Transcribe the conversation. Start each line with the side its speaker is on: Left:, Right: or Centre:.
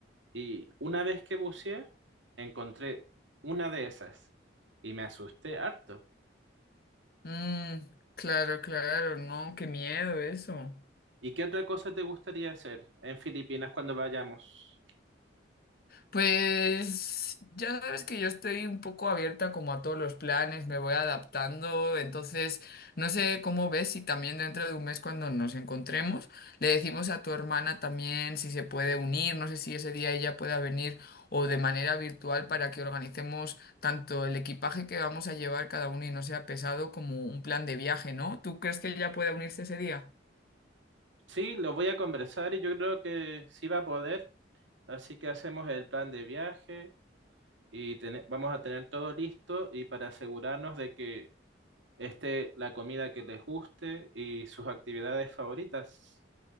Right: Y una vez que buceé, encontré una de esas y me asusté harto.
Left: Mm, claro, claro, no, qué miedo eso.
Right: ¿Y qué otra cosa te gustaría hacer en Filipinas cuando vayamos?
Left: Pues ya sabes que yo estoy un poco abierta como a todos los planes, me voy adaptando, entonces no sé cómo ves si también dentro de un mes cuando nos encontremos le decimos a tu hermana también si se puede unir, no sé si ese día ella pueda venir o de manera virtual para que organicemos tanto el equipaje que vamos a llevar cada uno y no sea pesado como un plan de viaje, ¿no? ¿Tú crees que ella pueda unirse ese día?
Right: Sí, lo voy a conversar y yo creo que sí va a poder, así que hacemos el plan de viaje y tene- vamos a tener todo listo y para asegurarnos de que esté la comida que les guste y sus actividades favoritas.